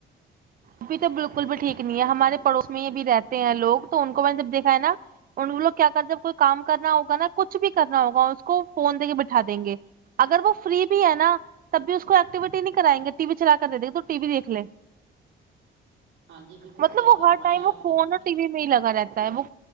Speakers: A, on the right (about 45°); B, on the right (about 70°).
A: ابھی تو بالکل بھی ٹھیک نہیں ہے ہمارے پڑوس میں یہ بھی رہتے ہیں لوگ تو ان کو میں نے جب دیکھا ہے نا ان لوگ کیا کرتے جب کوئی کام کرنا ہوگا نا کچھ بھی کرنا ہوگا اس کو فون دے کے بٹھا دیں گے اگر وہ فری بھی ہے نا تب بھی اس کو ایکٹیویٹی نہیں کرائیں گے ٹی وی چلا کر دے دیں گے تو ٹی وی دیکھ لے
B: ہاں جی بالکل
A: مطلب
B: صحیح
A: وہ
B: فرمایا
A: ہر ٹائم وہ
B: آپ
A: فون
B: نے کیونکہ
A: اور ٹی وی میں ہی لگا رہتا ت مو